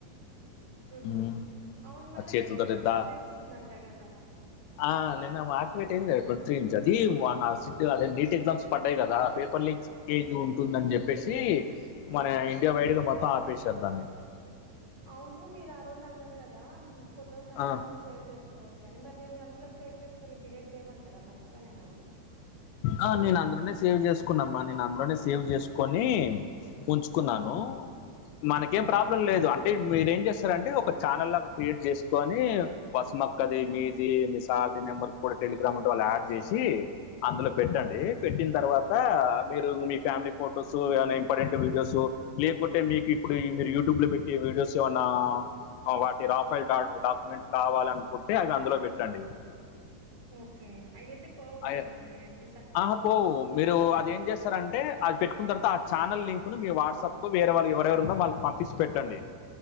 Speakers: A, on the right; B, on the left.
A: ఉమ్మ్.
B: ఉమ్,
A: అవును మళ్ళా
B: ఆ చేతులతో
A: టెలిగ్రామ్ వర్క్
B: దా
A: చేస్తుందంట కదా
B: ఆ నిన్న ఆక్వేట్ అయింది ట్వంట్ త్రీ ఇంచస్ అది సిట్ అదే ఎగ్జామ్స్ పడ్డాయి కదా పేపర్ లీక్స్ కేజ్
A: అదే అదే
B: ఉంటుందని చెప్పేసి మన
A: అదే
B: ఇండియా
A: అదే
B: వైడ్గా మొత్తం ఆపేశారు దాన్ని
A: అవును మీరు ఆ రోజు అన్నరు కదా ఫొటోస్ అన్ని
B: ఆ,
A: అందులో సేవ్ చేసుకోవచ్చ అని మరి నే అందులో సేవ్ చేసుకుని డిలీట్ చేయమంట టారా మంచి పనేనా అది
B: ఆ నేను అందులోనే సేవ్ చేసుకున్నామ్మా నేను అందులోనే సేవ్ చేసుకొని ఉంచుకున్నాను
A: హ్మ్.
B: మనకేం
A: హ్మ్.
B: ప్రాబ్లం లేదు అంటే మీరు ఏం చేస్తారంటే ఒక ఛానల్లాగా క్రియేట్ చేసుకో కని వసు మక్కది
A: హ్మ్.
B: మీది మి కాది నెంబర్ కూడా టెలిగ్రామ్ ఉంటే వాళ్ళు యాడ్ చేసి అందులో పెట్టండి
A: ఓకే
B: పెట్టిన తర్వాత మీరు మీ ఫ్యామిలీ ఫొటోస్ ఏనా ఇంపార్టెంట్ వీడియోస్ లేకుంటే మీకు ఇప్పుడు మీరు యూట్యూబ్ లో పెట్టి వీడియోస్ ఏమన్నా వాటి రఫైల్ డాక్యుమెంట్ కావాల అనుకుంటే అవి అందులో పెట్టండి
A: ఓకే అయితే పోవు కదా
B: అవి
A: మళ్ళీ అంట
B: ఆహా పోవు మీరు అదేంటి చేస్తార అంటే అది పెట్టుకున్న తర్వాత ఆ ఛానల్ లింక్ ను మీ వాట్సాప్ కు వేర వాళ్ళు ఎవరెవరు ఉన్నా వాళ్ళకి పంపించి పెట్టండి.